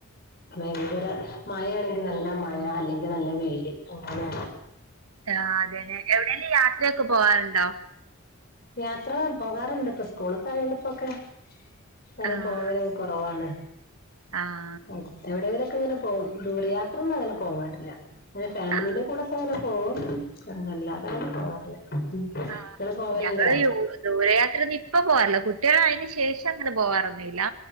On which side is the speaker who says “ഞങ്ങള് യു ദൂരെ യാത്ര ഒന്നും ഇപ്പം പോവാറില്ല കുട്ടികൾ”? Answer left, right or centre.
Right